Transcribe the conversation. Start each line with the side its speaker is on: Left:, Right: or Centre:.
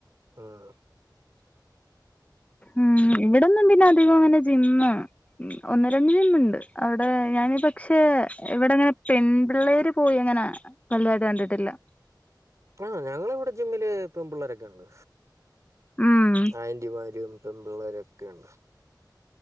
Right: ഉം
Left: ഉം ഇവിടൊന്നും പിന്നെ അധികം അങ്ങനെ ജിമ്മ് ഉം ഒന്ന് രണ്ട് ജിമ്മുണ്ട് അവിടെ ഞാന് പക്ഷേ ഇവിടങ്ങനെ പെൺപിള്ളേര് പോയി അങ്ങനെ വലുതായിട്ട് കണ്ടിട്ടില്ല
Right: ആഹ് ഞങ്ങടിവിടെ ജിമ്മിലെ പെൺപിള്ളേരൊക്കെയൊണ്ട്
Left: ഉം
Right: ആന്റിമാരും പെൺമ്പിള്ളേരൊക്കെയുണ്ട്